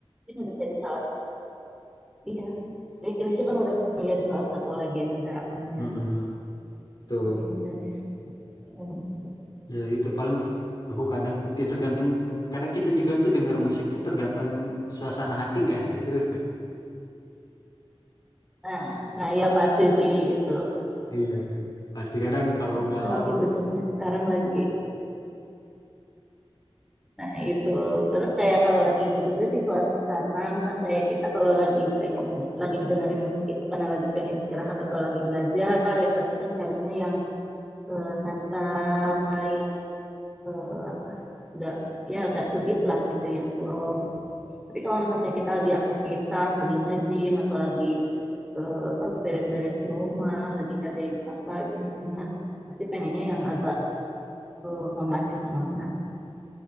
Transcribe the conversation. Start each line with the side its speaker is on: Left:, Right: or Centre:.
Centre: ini udah jadi salah satu. iya. Jadi Chrisye kan udah menjadi salah satu legenda kan ya.
Left: Mm-mm, betul.
Centre: Legendaris musisi Indonesia.
Left: Ya itu paling aku kadang, ya tergantung, kadang kita juga tuh dengar musik tuh tergantung suasana hati nggak sih, serius nggak?
Centre: Nah, nah ya pasti sih itu.
Left: Iya, pasti kadang kalau
Centre: Itu kita
Left: galau,
Centre: lagi butuhnya sekarang lagi. Nah, itu. Terus kayak kalau lagi ini juga sih suasana, misalnya kayak kita kalau lagi pengen lagi dengerin musik itu karena lagi pengen istirahat atau lagi belajar, ya pasti kan carinya yang eh, santai, eh, apa, enggak ya agak gebeat lah gitu, yang slow gitu. Tapi kalau misalnya kayak kita lagi aktivitas, lagi nge-gym atau lagi eh, apa beres-beres rumah, lagi ngerjain apa itu biasanya pasti pengennya yang agak eh, memacu semangat.